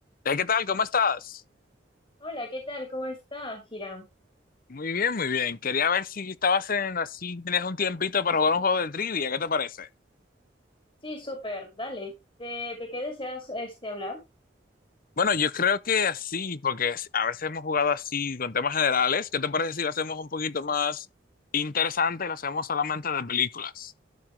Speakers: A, on the left; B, on the left.
A: Eh, ¿Qué tal? ¿Cómo estás?
B: Hola, ¿qué tal? ¿Cómo está, Hiram?
A: Muy bien, muy bien. Quería ver si estabas en así, tenías un tiempito para jugar un juego de trivia. ¿Qué te parece?
B: Sí, súper, dale. ¿De, de qué deseas este hablar?
A: Bueno, yo creo que así, porque s- a veces hemos jugado así con temas generales. ¿Qué te parece si lo hacemos un poquito más interesante y lo hacemos solamente de películas?